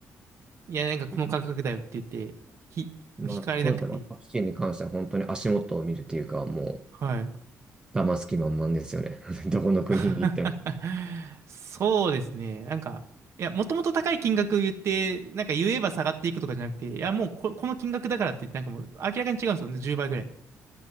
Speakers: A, on the right (about 55°); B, on the right (about 15°).
A: いやなんかこの価格だよって言って、
B: うん
A: ひ、
B: まあ、
A: 引かれなくて、
B: そうですね。まあ、タクシーに関しては本当に足元を見るっていうか、も
A: はい。
B: う、騙す気満々ですよね。<laughs> どこの国に行っても。
A: <laughs> そうですね。なんか、いや、もともと高い金額を言って、なんか言えば下がっていくとかじゃなくて、いや、もうこ、この金額だからって言って、なんかもう明らかに違うんですよね。10倍ぐらい。